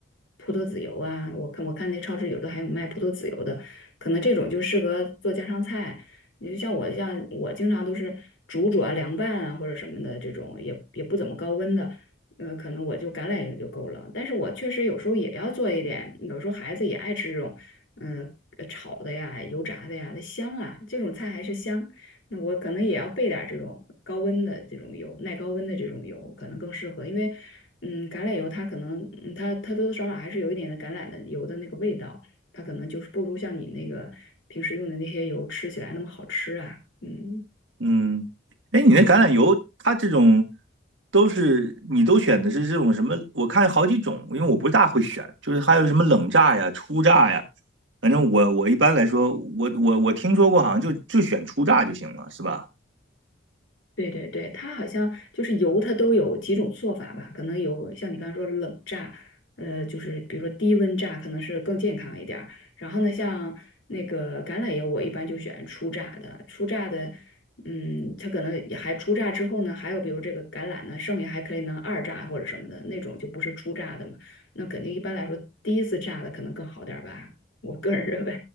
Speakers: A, on the left; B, on the right.
A: 葡萄籽油啊。我看我看那超市有的还有卖葡萄籽油的，可能这种就适合做家常菜。你就像我，像我经常都是煮煮啊、凉拌啊或者什么的这种，也也不怎么高温的，呃，可能我就橄榄油就够了。但是我确实有时候也要做一点，有时候孩子也爱吃这种，嗯、呃炒的呀、油炸的呀，它香啊，这种菜还是香。那我可能也要备点儿这种高温的这种油，耐高温的这种油可能更适合，因为嗯，橄榄油它可能嗯它它多多少少还是有一点的橄榄的油的那个味道，它可能就是不如像你那个平时用的那些油吃起来那么好吃啊，嗯。
B: 嗯，哎，你那橄榄油，它这种都是你都选的是这种什么？我看好几种，因为我不大会选，就是还有什么冷榨呀、初榨呀，反正我我一般来说，我我我听说过，好像就就选初榨就行了，是吧？
A: 对对对，它好像就是油，它都有几种做法吧？可能有像你刚才说冷榨，呃，就是比如说低温榨，可能是更健康一点儿。然后呢，像那个橄榄油，我一般就选初榨的。初榨的，嗯，它可能也还初榨之后呢，还有比如这个橄榄呢，剩下还可以能二榨或者什么的那种，就不是初榨的嘛。那肯定一般来说，第一次榨的可能更好点儿吧，我个人 <laughs> 认为。